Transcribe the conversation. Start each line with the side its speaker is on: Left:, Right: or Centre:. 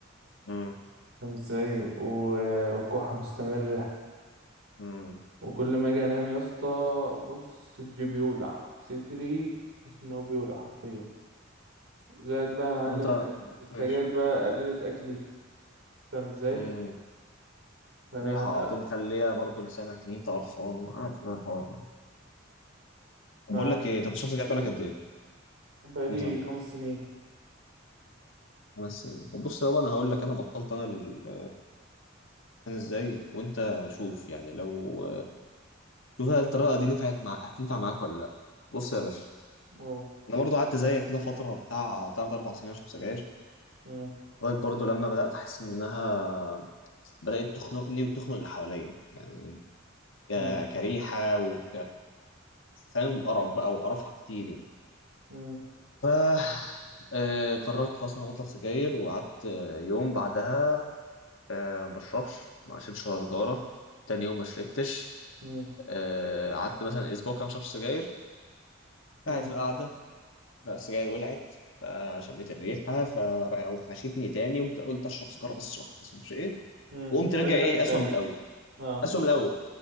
Left: امم
Right: فاهم ازاي و- وكحه مستمره
Left: امم
Right: وكل ما اجي انام يا اسطى بص صدري بيولع صدري بحس ان هو بيولع حرفيا زائد بقى يا معلم
Left: وأنت
Right: ان السجاير
Left: ماشي
Right: بقى قللت اكلي فاهم ازاي
Left: امم
Right: فلا
Left: ريحة على طول مخلية برضو لسانك إن أنت قرفان وعارف أنا الحوار ده طب
Right: ف
Left: بقول لك إيه أنت شفت جاي بالك قد إيه؟
Right: بقالي
Left: كام سنة؟
Right: خمس سنين
Left: خمس سنين طب بص يابا أنا هقول لك أنا بطلت أنا ال- أنا إزاي وأنت شوف يعني لو شوف هل الطريقة دي نفعت مع هتنفع معاك ولا لأ؟ بص يا باشا
Right: أوه.
Left: أنا برضو قعدت زيك كده فترة بتاع تلات أربع سنين أشرب سجاير
Right: مم.
Left: لغايه برضه لما بدات احس انها بدات تخنقني وتخنق اللي حواليا يعني ك-
Right: مم.
Left: كريحه وك فاهم قرف بقى وقرفها كتير يعني
Right: مم.
Left: ف آه، قررت خلاص انا هبطل سجاير وقعدت آه، يوم بعدها آه، ما بشربش ما شربتش ولا سجاره تاني يوم ما شربتش
Right: مم.
Left: آه، قعدت مثلا اسبوع كده ما شربتش سجاير
Right: مم.
Left: قاعد في قعده فالسجاير ولعت فشميت الريحه فوحشتني تاني قمت قلت اشرب سيجاره بس واحده بس مش ايه
Right: مم.
Left: وقمت راجع
Right: رجعت
Left: ايه اسوأ
Right: تاني
Left: من الاول
Right: اه
Left: اسوأ من الاول